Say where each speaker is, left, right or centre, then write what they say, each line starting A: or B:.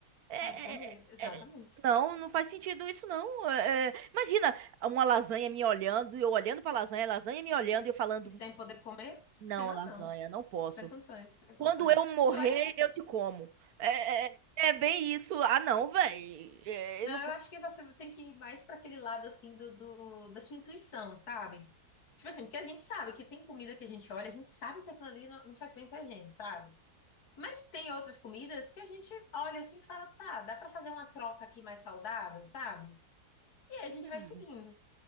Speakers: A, on the right; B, on the left.
A: É,
B: é comer,
A: é,
B: exatamente.
A: é, é, não, não faz sentido isso não. É, é, imagina uma lasanha me olhando, e eu olhando pra lasanha, a lasanha me olhando e eu falando,
B: E sem poder comer,
A: não,
B: sem noção.
A: lasanha, não posso.
B: Sem condições, sem
A: Quando
B: condições.
A: eu morrer,
B: Eu acho,
A: eu te como. É, é, é é bem isso. Ah, não, velho.
B: não,
A: eu não.
B: eu acho que você tem que ir mais para aquele lado assim do, do- da sua intuição, sabe? Tipo assim, porque a gente sabe que tem comida que a gente olha, a gente sabe que aquilo ali não, não faz bem pra gente, sabe? Mas tem outras comidas que a gente olha assim e fala, tá, dá para fazer uma troca aqui mais saudável, sabe? E aí a gente
A: Hum.
B: vai seguindo.